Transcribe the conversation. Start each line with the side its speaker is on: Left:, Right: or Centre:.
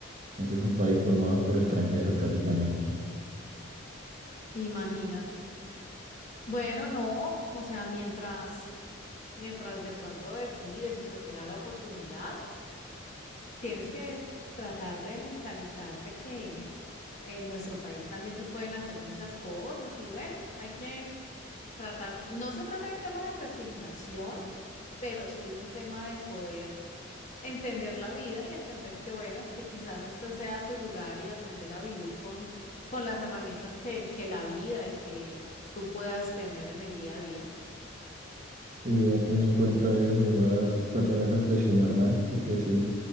Right: Entonces, un país formado por extranjeros prácticamente.
Left: Imagínate. Bueno, no, o sea, mientras, mientras de pronto decides o se te da la oportunidad, tienes que tratar de mentalizarte que en nuestro país también se pueden hacer muchas cosas y bueno, hay que tratar, no se trata de un tema de resignación, pero sí de un tema de poder entender la vida y entender que, bueno, que quizás este sea tu lugar y aprender a vivir con, con las herramientas que, que la vida y que tú puedas tener en el día a día.
Right: y voy a tener en cuenta eso, voy a tratar de reflexionar más, porque sí,